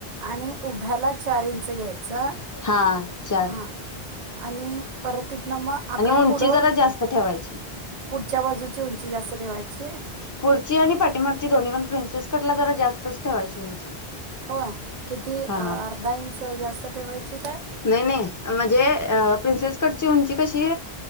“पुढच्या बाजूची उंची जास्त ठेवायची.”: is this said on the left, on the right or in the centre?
Right